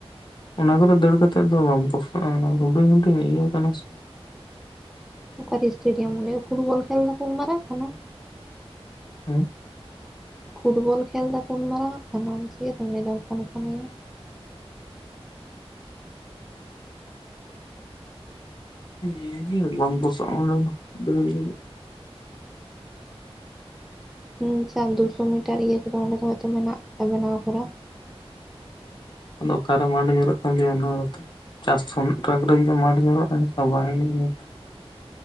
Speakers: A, on the left; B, in the centre.
A: ᱚᱱᱟ ᱠᱚᱨᱮ ᱫᱟᱹᱲ ᱠᱟᱛᱮᱜ ᱫᱚ ᱵᱟᱢ ᱯᱚᱥᱟᱜ ᱟ ᱚᱱᱟ ᱦᱩᱰᱤᱧ ᱦᱩᱰᱤᱧ ᱤᱭᱟᱹ ᱠᱟᱱᱟ ᱥᱮ
B: ᱚᱠᱟ ᱨᱮ ᱮᱥᱴᱮᱰᱤᱭᱟᱢ ᱨᱮ ᱯᱷᱩᱴᱵᱚᱞ ᱠᱷᱮᱞ ᱫᱟᱠᱚ ᱩᱱ ᱢᱟᱨᱟᱝ ᱠᱟᱱᱟ
A: ᱦᱮᱸ
B: ᱯᱷᱩᱴᱵᱚᱞ ᱠᱷᱮᱞ ᱫᱟᱠᱚ ᱩᱱ ᱢᱟᱨᱟᱝ ᱟᱜ ᱠᱟᱱᱟ ᱟᱢ ᱪᱤᱠᱟᱹᱛᱮᱢ ᱞᱟᱹᱭ ᱫᱟ ᱦᱚᱯᱚᱱ ᱦᱚᱯᱚᱱ ᱜᱮᱭᱟ
A: ᱤᱭᱟᱹ ᱜᱤ ᱵᱟᱢ ᱯᱚᱥᱟᱜ ᱟ ᱚᱱᱟ ᱫᱚ ᱫᱟᱹᱲ ᱨᱮᱫᱚ
B: ᱦᱮ ᱥᱟᱨ ᱫᱩᱥᱚ ᱢᱤᱴᱟᱨ ᱤᱭᱟᱹ ᱠᱚᱫᱚ ᱚᱸᱰᱮ ᱫᱚ ᱦᱚᱭᱛᱚ ᱢᱮᱱᱟᱜ ᱠᱟᱫᱟ ᱵᱮᱱᱟᱣ ᱠᱚᱨᱟ
A: ᱟᱫᱚ ᱚᱠᱟᱨᱮ ᱢᱟᱴᱷᱚ ᱧᱩᱨᱚᱜ ᱠᱟᱱ ᱛᱤᱧᱟ ᱱᱚᱣᱟ ᱠᱚᱫᱚ ᱪᱟᱥ ᱥᱚᱱᱴᱨᱟᱠ ᱵᱟᱹᱦᱤ ᱠᱷᱚᱱ ᱢᱟᱴᱷᱚ ᱧᱮᱞᱚᱜ ᱟ ᱪᱟᱵᱟᱭ <unintelligible>